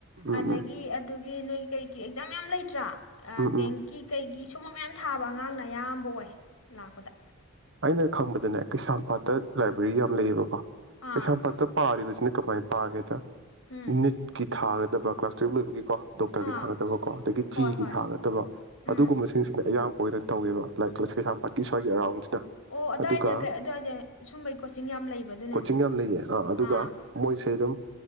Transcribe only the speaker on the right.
ꯎꯝ
ꯎꯝ
ꯎꯝ
ꯎꯝ
ꯑꯩꯅꯥ ꯈꯪꯕꯗꯥ ꯅꯦ ꯀꯦꯌꯁꯃꯄꯠ ꯗꯥ ꯂꯥꯏꯕ꯭ꯔꯦꯔꯤ ꯌꯝꯝ ꯂꯦꯏꯌꯦ ꯕꯥ ꯀꯣ꯫
ꯀꯩꯝ ꯄꯄꯥ ꯄꯄꯥꯔꯤꯕ ꯕꯁꯅꯤ ꯀꯃꯩ ꯄꯦꯖ ꯗꯥ꯫
ꯅꯤꯠ ꯒꯤ ꯊꯒꯥꯗꯥ꯫ ꯒꯥ ꯀ꯭ꯂꯥꯁ ꯇꯔꯥ ꯂꯣꯏꯕꯥꯒꯤ꯫ ꯀꯣ ꯗꯣꯛꯇꯔꯒꯤ
ꯊꯥꯒꯗꯕ ꯀꯣ ꯑꯗꯒꯤ
ꯖꯤꯒꯤ
ꯊꯥꯒꯗꯕ
ꯑꯗꯨꯒꯨꯝꯕꯁꯤꯡꯁꯤꯅ ꯑꯌꯥꯝꯕ ꯑꯣꯏꯅ ꯇꯧꯋꯕ ꯂꯥꯏꯛ ꯀꯩꯁꯥꯝ ꯄꯠꯀꯤ ꯍꯣꯏꯦꯔꯥꯎꯟ
ꯑꯗꯨꯒ
ꯀꯣꯆꯤꯡ ꯌꯥꯝ ꯂꯩꯌꯦ ꯑ ꯑꯗꯨꯒ
ꯃꯣꯏꯁꯦ ꯑꯗꯨꯝ